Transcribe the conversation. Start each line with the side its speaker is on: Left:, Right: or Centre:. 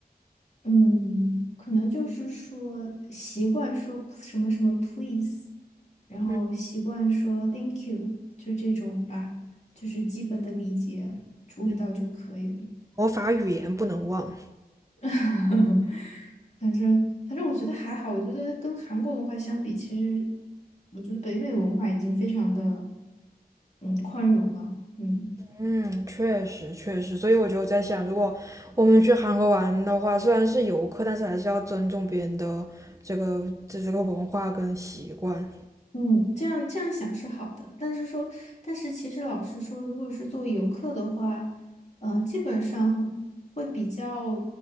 Left: 嗯，可能就是说习惯说什么什么 please，然后习惯说
Right: 嗯
Left: thank you，就这种吧，就是基本的礼节注意到就可以了。
Right: 嗯，魔法语言不能忘。
Left: <laughs> 反正反正我觉得还好，我觉得跟韩国文化相比，其实我觉得北美文化已经非常的嗯宽容了，嗯
Right: 嗯，确实确实，所以我就在想，如果我们去韩国玩的话，虽然是游客，但是还是要尊重别人的这个这这个文化跟习惯。
Left: 嗯，这样这样想是好的，但是说，但是其实老实说，如果是作为游客的话，呃，基本上会比较，